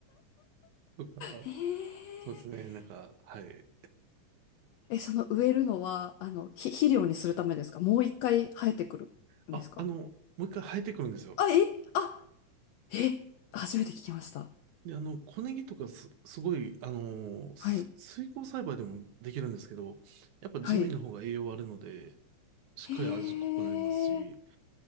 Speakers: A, on the right (about 75°); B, on the left (about 80°).
A: とか、
B: へー
A: そうですね、なんか、はい。
B: え、その植えるのは、あの、ひ肥料にするためですかもう一回生えてくるんですか
A: あ、あの、もう一回生えてくるんですよ。
B: あ、え、あ、え、初めて聞きました。
A: で、あの、小ネギとかす、すごい、あのーす水耕栽培でもできるんですけど、
B: はい、
A: やっぱ地面の方が栄養あるので、
B: はい。
A: しっかり味濃くなりますし、
B: へー